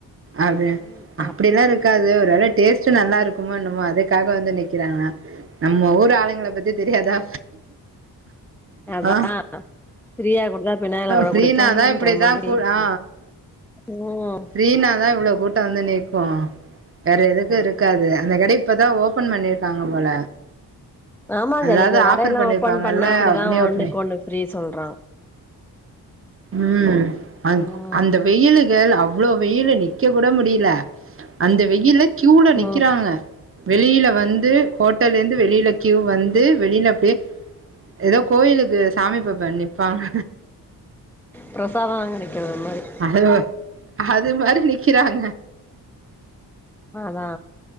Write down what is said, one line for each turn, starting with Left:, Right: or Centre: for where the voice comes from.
Right: அதா
Centre: ம்
Right: அப்படில்லா
Centre: அப்
Right: இருக்காது ஒரு
Centre: ம்
Right: வேள டேஸ்ட்டு நல்லா இரு க்குமோ என்னமோ அதுக்காக வந்து நிக்கிறாங்கா நம்ம ஊர் ஆளுங்கள பத்தி தெரியாதா
Centre: அதா
Right: ஆ
Centre: ஃப்ரீயா குடுத்தா ஃபினாயல கூட
Right: ஃப்ரீனாதா
Centre: குடிப்பாங்கென்ற
Right: இப்டிதா
Centre: மாதிரி
Right: கூ ஆ
Centre: ம்
Right: ஃப்ரீனாதா இவ்ளோ கூட்டோ வந்து நீக்கு வேற எதுக்கு
Centre: ஆமா
Right: இருக்காது அந்த கட இப்பதா ஓப்பன் பண்ணிருக்காங்க போல
Centre: ஆமாங்கலி
Right: அதாவது
Centre: கடையெல்லா
Right: ஆஃபர் பண்ணிருப்பாங்கல்ல
Centre: ஓப்பன் பண்ணா அப்படிதா
Right: நியூ
Centre: ஒண்ணுக்கு
Right: ஓப்பனு
Centre: ஒண்ணு ஃப்ரீ சொல்றா
Right: ம் அ
Centre: ம்
Right: அந்த வெயிலுகேள் அவ இவ்ளோ வெயில்ல நிக்க கூட முடில அந்த வெயில்ல க்யூல நிக்குறாங்க
Centre: ம்
Right: வெளில வந்து ஹோட்டெல்லருந்து வெளில க்யூ வந்து வெளில பேய் ஏதோ கோயிலுக்கு சாமி பாப்ப நிப்பாங்க
Centre: ப்ரசாதம் வாங்க நிக்குற மாரி
Right: அது அது மாரி நிக்கிறாங்க
Centre: அதா